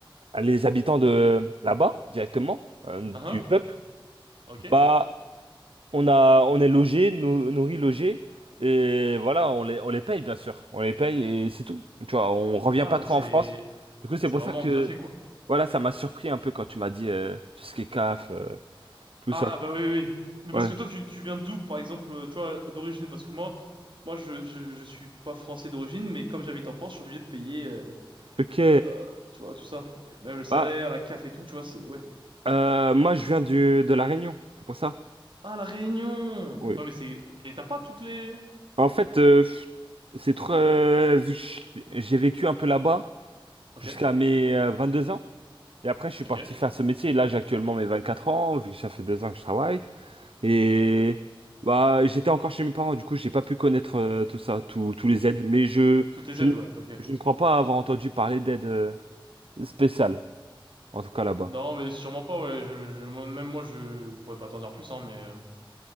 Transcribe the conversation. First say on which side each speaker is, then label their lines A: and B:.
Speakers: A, on the right; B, on the right.
A: les habitants de là-bas, directement, euh,
B: Hein?
A: du peuple.
B: Ok.
A: Bah, on a, on est logé, nou- nourri, logé, et voilà, on les, on les paye bien sûr, on les paye et c'est tout. Tu vois, on revient
B: Ah,
A: pas
B: donc
A: trop
B: c'est,
A: en France. Du coup, c'est
B: c'est
A: pour
B: vraiment
A: ça que,
B: bien fait, quoi.
A: voilà, ça m'a surpris un peu quand tu m'as dit euh, tout ce qui est CAF, euh, tout
B: Ah
A: ça.
B: bah oui oui. oui. Mais
A: Ouais.
B: parce que toi tu, tu viens d'où par exemple, euh, tu vois, d'origine parce que moi moi je, je je suis pas français d'origine mais comme j'habite en France, je suis obligé de payer euh,
A: Ok.
B: euh, tu vois tout ça, Et même le salaire,
A: Bah,
B: la CAF et tout, tu vois, c'est ouais, c'est
A: euh,
B: ça.
A: moi, je viens du, de La Réunion, c'est pour ça.
B: Ah la Réunion.
A: Oui.
B: Ouais mais c'est et t'as pas toutes les
A: En fait, euh, pff, c'est trop. euh, vu que j'ai vécu un peu là-bas
B: OK,
A: jusqu'à mes euh, deux ans. Et après, je suis parti
B: OK.
A: faire ce métier. Et là, j'ai actuellement mes 24 ans, vu que ça fait deux ans que je travaille. Et bah j'étais encore chez mes parents, du coup j'ai pas pu connaître euh, tout ça, tous tous les aides. Mais je,
B: Toutes les
A: je,
B: aides,
A: ne-
B: ouais, OK.
A: je ne crois pas avoir entendu parler d'aide euh, spéciale, en tout cas là-bas.
B: Non, mais sûrement pas ouais, je, je moi- même moi je je pourrais pas t'en dire plus hein mais euh,